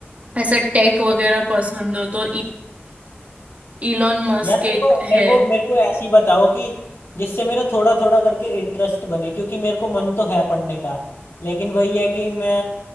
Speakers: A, on the right (about 35°); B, on the left (about 75°).
A: ऐसा टेक वगैरह पसंद हो तो इलॉन मस्क
B: यार मेरे
A: एक
B: को मेरे
A: है
B: को मेरे को ऐसी बताओ कि जिससे मेरा थोड़ा थोड़ा करके इंटरेस्ट बने क्योंकि मेरे को मन तो है पढ़ने का लेकिन वही है कि मैं